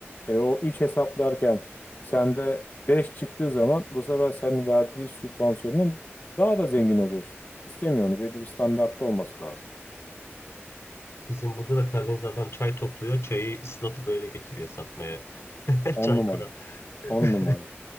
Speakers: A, on the left; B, on the left.
A: E, o 3 hesaplarken sende 5 çıktığı zaman bu sefer senin verdiği sübvansiyonun daha da zengin oluyorsun. İstemiyorsun. Belli bir standartta olması lazım.
B: Bizim burada da Karadeniz adam çay topluyor. Çayı ıslatıp öyle getiriyor satmaya. <laughs> Çaykura.
A: 10 numara.
B: <laughs>
A: 10 numara.